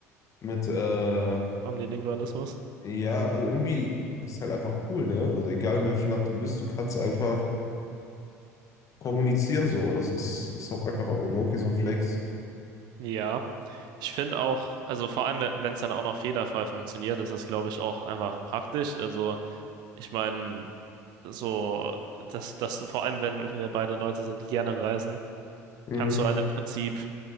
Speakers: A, on the left (about 40°); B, on the right (about 55°).
A: Mit, äh,
B: Omnilingualismus.
A: Ja, also irgendwie das ist halt einfach cool, ne? Also egal
B: So.
A: in welchem Land du bist, du kannst einfach kommunizieren so. Das ist, ist auch einfach auch Loki so ein Flex.
B: Ja, ich finde auch, also vor allem, wenn es dann auch noch fehlerfrei funktioniert, ist das, glaube ich, auch einfach praktisch. Also ich meine, so, dass das vor allem, wenn wir beide Leute sind, die gerne reisen,
A: Mhm.
B: kannst du halt im Prinzip